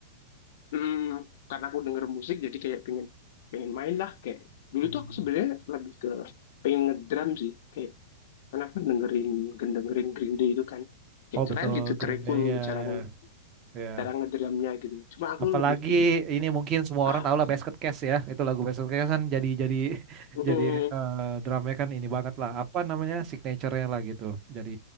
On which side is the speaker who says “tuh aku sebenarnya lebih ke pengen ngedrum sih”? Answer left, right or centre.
Left